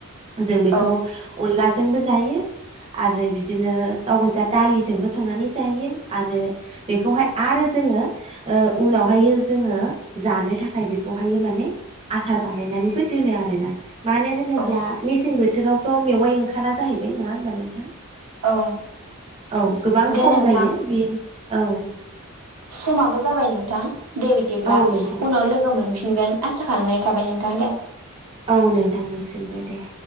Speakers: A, on the right (about 25°); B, on the right (about 90°).
A: जों बेखौ
B: औ
A: अनलाजोंबो जायो आरो बिदिनो गाव गोजा दालिजोंबो संनानै जायो आरो बेखौहाय आरो जोङो ओ उनावहाय जोङो जानो थाखाय बेखौहायो माने आसार बानायनानैबो दोनो आरोना मानो होनोब्ला
B: औ
A: मेसें बोथोरावथ मेवाइ ओंखारा जाहैबाय नङा होनबा नोंथां
B: औ
A: औ गोबां
B: दे
A: खम
B: नोंथां
A: जायो बे औ
B: समाबो जाबाय नोंथां दे बिदिब्ला
A: औ नोंथां
B: उनाव लोगो मोनफिनगोन
A: औ
B: आसा खालामनाय थाबाय नोंथां दे
A: औ नोंथांनिसिमबो दे